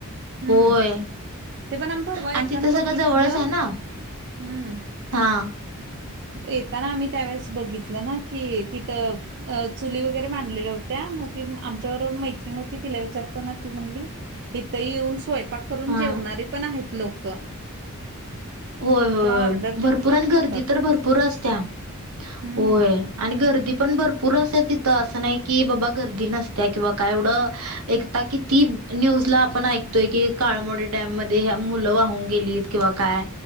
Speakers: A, on the right; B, on the right.
A: हम्म
B: होय
A: ते पण आम्ही परवा येताना
B: आणि तिथ सगंळं
A: बघितलं
B: जवळच आय ना.
A: हम्म
B: हा.
A: येताना आम्ही त्यावेेळेस बघितलं ना की तिथं अ- चुली वगैरे मांडलेल्या होत्या मग ती आमच्याबर मैत्रिण होती तिला विचारताना ती म्हणली हिथ येऊन स्वयंपाक करून
B: हा
A: जेवणारी पण आहेत लोक.
B: होय होय
A: किंवा ऑर्डर देऊन
B: भरपूर
A: पण
B: आणि
A: खातात
B: गर्दी तर भरपूर असत्या
A: हम्म
B: होय. आणि गर्दी पण भरपूर असतिया तिथं असं नाय की बाबा गर्दी नसत्या किंवा काय एवढं एक आता किती न्यूज ला आपण ऐकतोय की काळमवाडी डॅम मध्ये मुलं वाहून गेलीत किंवा काय